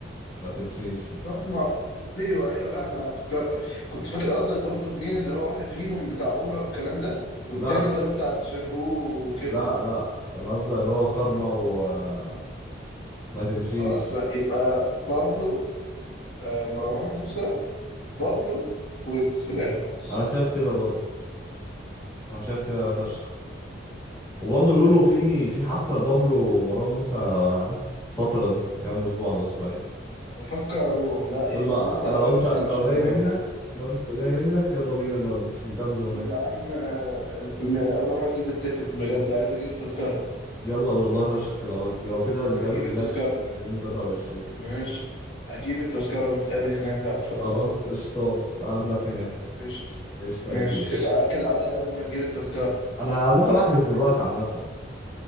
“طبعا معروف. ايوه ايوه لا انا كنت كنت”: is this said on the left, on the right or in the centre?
Left